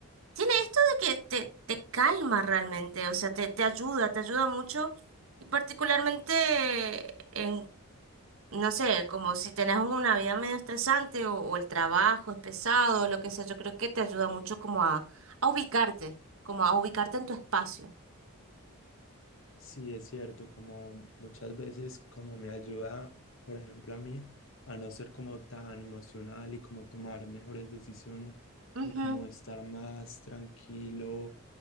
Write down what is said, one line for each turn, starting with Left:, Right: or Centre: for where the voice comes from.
Right: tiene esto de que te, te calma realmente, o sea, te, te ayuda, te ayuda mucho, y particularmente en, no sé, como si tenés una vida medio estresante o, o el trabajo es pesado, lo que sea, yo creo que te ayuda mucho como a a ubicarte como a ubicarte en tu espacio.
Left: Sí, es cierto, como muchas veces como me ayuda, por ejemplo, a mí a no ser como tan emocional y como tomar mejores decisiones
Right: Ujú.
Left: y como estar más tranquilo